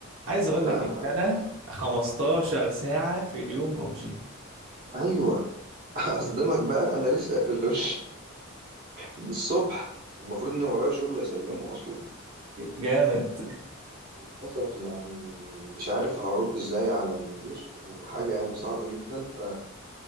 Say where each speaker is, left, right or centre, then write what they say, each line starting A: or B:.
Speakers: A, on the right (about 85°); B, on the right (about 45°).
A: عايز اقول
B: لا
A: لك
B: أنا
A: ان انا 15
B: صعب صعب
A: ساعه في اليوم ببجي
B: أيوه <laughs> أصدمك بقى أنا لسه قافل لول من الصبح المفروض إن ورايا شغل أسلمه أصلا
A: جامد
B: فللأسف يعني مش عارف هرد إزاي على المدير وحاجة يعني صعبة جدا ف